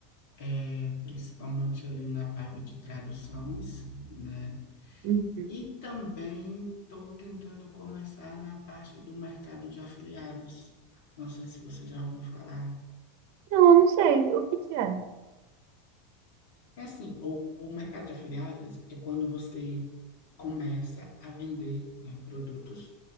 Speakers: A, on the left (about 70°); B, on the right (about 60°).
A: é, principalmente ali na vibe de traduções, né?
B: Uhum.
A: E também estou tentando começar na parte do mercado de afiliados. Não sei se você já ouviu falar.
B: Não, eu não sei o que que é.
A: É assim, o, o mercado de afiliados é quando você começa a vender, né, produtos,